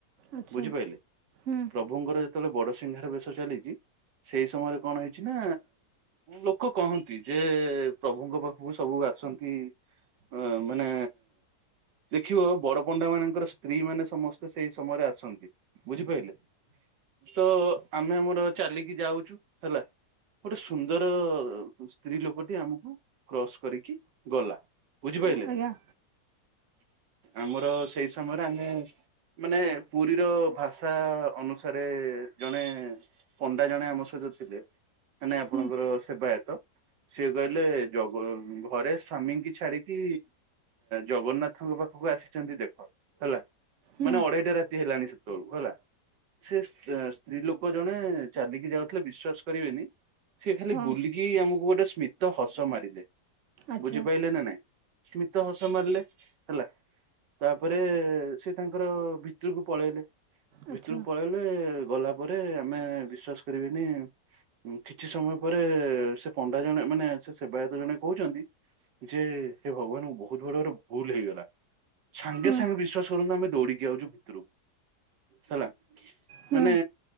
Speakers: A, on the right (about 55°); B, on the right (about 85°).
A: ଆଚ୍ଛା
B: ବୁଝିପାଇଲେ
A: ହୁଁ
B: ପ୍ର ପ୍ରଭୁଙ୍କର ଯେତେବେଳେ ବଡସିଂହାର ବେଶ ଚାଲିଛି ସେଇ ସମୟରେ କଣ ହେଇଛି ନା? ଲୋକ କହନ୍ତି ଯେ ପ୍ରଭୁଙ୍କ ପାଖକୁ ସବୁ ଆସନ୍ତି ହଁ ମାନେ ଦେଖିବ ବଡପଣ୍ଡା ମାନଙ୍କର ସ୍ତ୍ରୀ ମାନେ ସମସ୍ତେ ସେଇ ସମୟରେ ଆସନ୍ତି। ବୁଝିପାଇଲେ ତ ଆମେ ଆମର ଚାଲିକି ଯାଉଚୁ ହେଲା। ଗୋଟେ ସୁନ୍ଦର ସ୍ତ୍ରୀ ଲୋକଟି ଆମକୁ କ୍ରସ୍ କରିକି ଗଲା। ବୁଝିପାରିଲେ
A: ଆଜ୍ଞା।
B: ଆମର ସେଇ ସମୟରେ ଆମେ ମାନେ ପୁରୀର ଭାଷା ଅନୁସାରେ ଜଣେ ପଣ୍ଡା ଜଣେ ଆମ ସହିତ ଥିଲେ। ମାନେ ଆପଣଙ୍କର
A: ହୁଁ
B: ସେବାୟତ। ସିଏ କହିଲେ ଜଗ ଘରେ ସ୍ଵାମୀଙ୍କି ଛାଡିକି ଜଗନ୍ନାଥଙ୍କ ପାଖକୁ ଆସିଛନ୍ତି ଦେଖ ହେଲା
A: ହୁଁ
B: ମାନେ ଅଢେଇଟା ରାତି ହେଲାଣି ସେ ସେତବେଳକୁ ହେଲା, ସେ ସ୍ତ୍ରୀ ଲୋକ ଜଣେ ଚାଲିକି ଯାଉଥିଲେ ବିଶ୍ଵାସ କରିବେନି ସେ ଖାଲି
A: ହଁ
B: ବୁଲିକି ଆମକୁ ଗୋଟେ ସ୍ମିତ ହସ ମାରିଦେଲେ,
A: ଆଚ୍ଛା
B: ବୁଝିପାରିଲେ ନା ନାଇଁ? ସ୍ମିତ ହସ ମାରିଲେ ହେଲା। ତାପରେ ସେ ତାଙ୍କର ଭିତୁରୁକୁ ପଳେଇଲେ।
A: ଆଚ୍ଛା
B: ଭିତରକୁ ପଳେଇଲେ ଗଲା ପରେ ଆମେ ବିଶ୍ବାାସ କରିବେନି କିଛି ସମୟ ପରେ ସେ ପଣ୍ଡା ଜଣେ ମାନେ ସେ ସେବାୟତ ଜଣେ କହୁଛନ୍ତି ଯେ ହେଁ ଭଗବାନଙ୍କୁ ବହୁତ ବଡ ଗୋଟ ଭୁଲ ହେଇଗଲା। ସାଙ୍ଗେ
A: ହୁଁ
B: ସାଙ୍ଗେ ବିଶ୍ଵାସ କରୁନ୍ତୁ ଆମେ ଦୌଡିକି ଆଉଛୁ ଭିତରକୁ। ହେଲା।
A: ହୁଁ
B: ମାନେ